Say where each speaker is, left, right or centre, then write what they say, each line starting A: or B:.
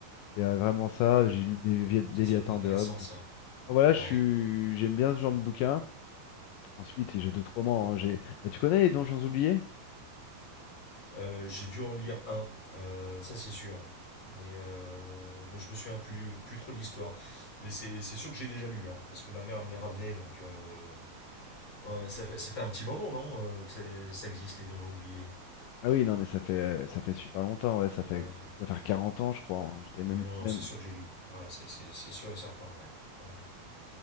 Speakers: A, on the left; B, on the left.
A: c'est euh, vraiment ça. J'ai lu le Lévi- Léviathan
B: C'est intéressant
A: de Hobbes.
B: ça.
A: Enfin, voilà, je
B: Ouais.
A: suis... j'aime bien ce genre de bouquin. Ensuite, j'ai d'autres romans. hein. J'ai... Bah, tu connais les Donjons oubliés?
B: Euh, j'ai dû en lire un. euh, ça c'est sûr. Mais, euh, mais je me souviens plus, plus trop de l'histoire. Mais c'est c'est sûr que j'ai déjà lu, hein, parce que ma mère me les ramenait, donc euh, ouais, ouais, ça fait, ça fait un petit moment, non, euh, que ça, ça existe les donjons oubliés.
A: Ah oui, non, mais ça fait, euh, ça fait super longtemps. Ouais, ça fait,
B: Ouais,
A: ça va faire 40 ans, je crois. hein. J'étais même,
B: Oui, non, non,
A: même.
B: c'est sûr que j'ai lu. Ouais, c'est- c'est c'est sûr et certain, ouais. Ouais.